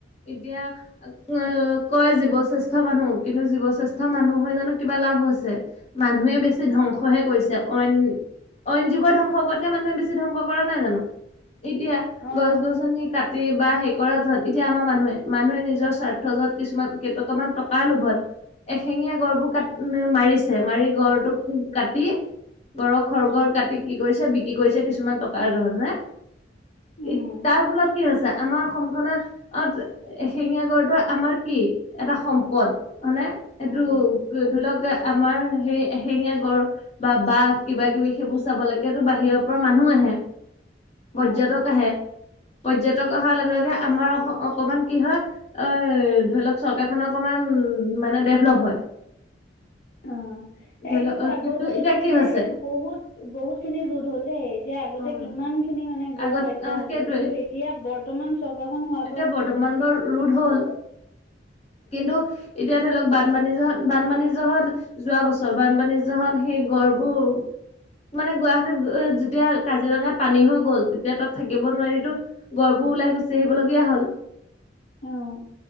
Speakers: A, on the left; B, on the left.
A: এতিয়া অ', কয় জীৱশ্ৰেষ্ঠ মানুহ, কিন্তু জীৱশ্ৰেষ্ঠ মানুহ হয় জানো কিবা লাভ হৈছে। মানুহে বেছি ধ্বংসহে কৰিছে অইন অইন জীৱৰ ধ্বংস কৰাতকে মানুহে বেছি ধ্বংস কৰা নাই জানো‌‌‍? এতিয়া
B: অ
A: গছ-গছনি কাটি বা হেই কৰা যত এতিয়া আমাৰ মানুহে, মানুহে নিজৰ স্বাৰ্থ য'ত কিছুমান কেইটকামান টকাৰ লোভত এশেঙীয়া গড়বোৰ কাট মাৰিছে, মাৰি গড়টোক কাটি গড়ৰ খৰ্গৰ কাটি কি কৰিছে, বিক্ৰী কৰিছে কিছুমান টকাৰ জহত হে ই
B: উম
A: তাৰ ফলত কি হৈছে? আমাৰ অসম খনে অ', এশিঙীয়া গড়টোৰ আমাৰ কি? এটা সম্পদ। মানে এইটো
B: উম
A: ধৰি লওঁক গে আমাৰ সেই এশিঙীয়া গড় বা বাঘ কিবা-কিবি সেইবোৰ চাবলৈকেটো বাহিৰৰ পৰা মানুহ আহে।
B: উম
A: পৰ্যটক আহে, পৰ্যটক অহাৰ লগে লগে আমাৰ অস অকমান কি হয় অ, ধৰি লওক চৰকাৰখন অকমান মানে ডেভলপ হয়। <inaudible>
B: অ
A: ধৰি
B: এই
A: লওক
B: কিন্তু আগৰ তুলনাত
A: কি
B: এতিয়া
A: হৈছে
B: সেইটো বহুত বহুত খিনি ৰোধ হ'ল দেই এতিয়া আগতে
A: উম
B: কিমান খিনি মানে গড়
A: আগত
B: হত্যা
A: অ
B: হৈছিলে
A: সেইটোৱে
B: কিন্তু এতিয়া বৰ্তমান চৰকাৰখন হোৱা
A: এতিয়া বৰ্তমান বাৰু ৰোধ হ'ল কিন্তু এতিয়া এতিয়া ধৰি লওঁক বানপানী য'ত বানপানী জহত যোৱা বছৰ বানপানী জহত সেই গড়বোৰ মানে গুৱাহাটীত যেতিয়া কাজিৰঙাত পানী হৈ গ'ল তেতিয়া তাত থাকিব নোৱাৰি‌ গড় ওলাই গুচি আহিবলগীয়া হ'ল
B: অ'।